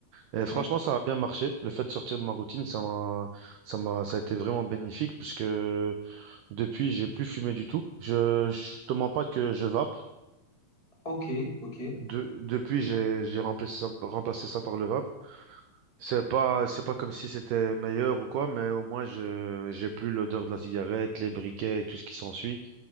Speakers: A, on the right; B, on the left.
A: Et franchement,
B: Mm.
A: ça a bien marché. Le fait de sortir de ma routine, ça m'a, ça m'a, ça a été vraiment bénéfique puisque depuis, j'ai plus fumé du tout. Je, je te mens pas que je vape.
B: ok, ok, ouais,
A: De- depuis, j'ai j'ai remplacé ça, remplacé ça par le rap. C'est pas, c'est pas comme si c'était meilleur ou quoi, mais au moins, je j'ai plus l'odeur de la cigarette, les briquets et tout ce qui s'ensuit.